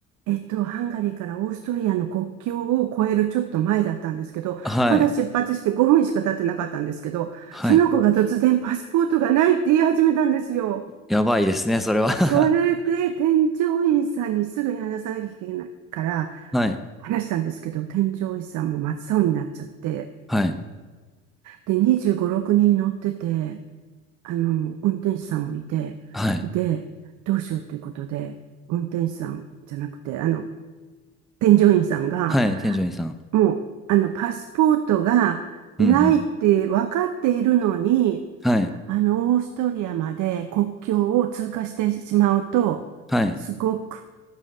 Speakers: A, on the right; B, in the centre.
A: えっと、ハンガリーからオーストリアの国境を越えるちょっと前だったんですけど、
B: はい。
A: まだ出発して5分しか経ってなかったんですけど、
B: はい。
A: その子が突然パスポートがないって言い始めたんですよ。
B: やばいですね、
A: そそれで添乗員さんにすぐに話さなきゃいけないから、
B: それは <laughs> はい。
A: 話したんですけど、添乗員さんも真っ青になっちゃって、
B: はい。
A: で、25、6人乗ってて、あの、運転手さんもいて、
B: はい。
A: で、どうしようということで、運転手さんじゃなくて、あの、添乗員さんが、
B: はい。添乗員さん。
A: もう、あの、パスポートがないって分かっているのに、
B: うんうん。はい。
A: あの、オーストリアまで国境を通過してしまうと、
B: はい。
A: すごく